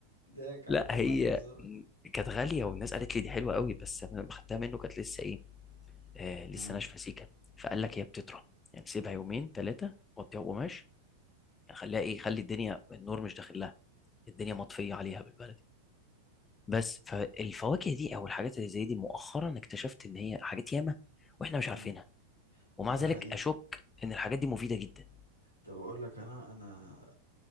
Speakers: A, on the left; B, on the left.
A: ضحك عليك
B: لا
A: وبعلك
B: هي
A: زلطة
B: كانت غاليه والناس قالت لي دي حلوه قوي بس انا لما خدتها منه كانت لسه ايه آه لسه
A: آه.
B: ناشفه سيكه فقال لك هي بتطرى يعني سيبها يومين ثلاثه غطيها بقماش يعني خليها ايه خلي الدنيا النور مش داخل لها الدنيا مطفيه عليها بالبلد بس فالفواكه دي او الحاجات اللي زي دي مؤخرا اكتشفت ان هي حاجات ياما واحنا مش
A: مم.
B: عارفينها ومع
A: ده
B: ذلك
A: حقيقي
B: اشك ان الحاجات دي مفيده جدا
A: طب اقول لك انا انا